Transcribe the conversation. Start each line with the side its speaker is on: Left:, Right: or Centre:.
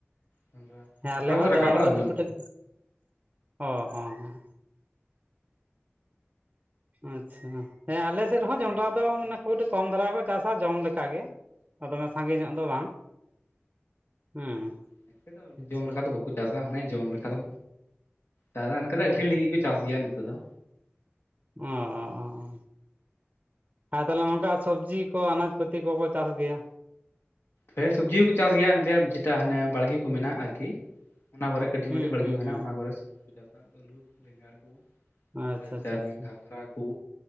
Left: ᱡᱚᱱᱰᱨᱟ
Right: ᱦᱮᱸ
Left: ᱡᱚᱱᱰᱨᱟ
Right: ᱟᱞᱮ
Left: ᱠᱚᱫᱚ
Right: ᱦᱚᱸ
Left: ᱨᱟᱠᱟᱵ
Right: ᱡᱚᱢᱲᱟ
Left: ᱵᱟᱲᱟ
Right: ᱫᱚ
Left: ᱦᱩᱭᱱᱟ
Right: ᱴᱩᱠᱩᱴᱩᱠ ᱚ ᱦᱚᱸ ᱦᱚᱸ ᱟᱪᱪᱷᱟ ᱦᱮᱸ ᱟᱞᱮ ᱥᱮᱫ ᱦᱚᱸ ᱡᱚᱱᱰᱨᱟ
Left: ᱚ
Right: ᱫᱚ ᱢᱟᱱᱮ <unintelligible> ᱠᱚᱢ ᱫᱷᱟᱨᱟ ᱜᱮ ᱠᱚ ᱪᱟᱥᱟ ᱡᱚᱢ ᱞᱮᱠᱟ ᱜᱮ ᱚ ᱫᱚᱢᱮ ᱥᱟᱸᱜᱮ ᱧᱚᱜ ᱫᱚ ᱵᱟᱝ ᱦᱮᱸ
Left: <unintelligible>
Right: ᱟᱪᱪᱷᱟ
Left: ᱡᱚᱢ ᱞᱮᱠᱟ ᱫᱚ ᱵᱟᱠᱚ ᱪᱟᱥᱟ ᱚᱱᱮ ᱡᱚᱢ ᱞᱮᱠᱟ ᱫᱚ <unintelligible> ᱚᱱᱠᱟ ᱫᱚ ᱟᱹᱠᱷᱨᱤᱧ ᱞᱟᱹᱜᱤᱫ ᱠᱚ ᱪᱟᱥ ᱜᱮᱭᱟ ᱱᱤᱛᱚᱜ ᱫᱚ
Right: <unintelligible> ᱛᱟᱦᱚᱞᱮ ᱱᱚᱝᱠᱟ ᱥᱚᱵᱽᱡᱤ ᱠᱚ ᱟᱱᱟᱡᱽ ᱯᱟᱛᱤ ᱠᱚᱠᱚ ᱪᱟᱥ ᱜᱮᱭᱟ
Left: ᱦᱮᱸ ᱥᱚᱵᱽᱡᱤ ᱦᱚᱸᱠᱚ ᱪᱟᱥ ᱜᱮᱭᱟ ᱮᱛᱮ ᱡᱮᱴᱟ ᱦᱟᱱᱮ ᱵᱟᱲᱜᱮ ᱠᱚ ᱢᱮᱱᱟᱜᱼᱟ ᱟᱨᱠᱤ ᱚᱱᱟ ᱠᱚᱨᱮ ᱠᱟᱹᱴᱤᱡ
Right: ᱦᱩᱸ
Left: ᱢᱟᱴᱤᱡ ᱵᱟᱲᱜᱮ
Right: ᱦᱩᱸ
Left: ᱠᱚ ᱦᱮᱱᱟ
Right: ᱦᱩᱸ
Left: ᱚᱱᱟ ᱠᱚᱨᱮ ᱥᱚᱵᱽ ᱠᱚ ᱪᱟᱥᱟ ᱟᱹᱞᱩ ᱵᱮᱸᱜᱟᱲ ᱠᱚ
Right: ᱟᱪᱪᱷᱟ
Left: ᱛᱟᱯᱚᱨᱮᱪ
Right: ᱟᱪᱪᱷᱟ
Left: ᱚᱱᱟ
Right: ᱟᱪᱪᱷᱟ
Left: ᱜᱷᱟᱸᱝᱽᱨᱟ ᱠᱚ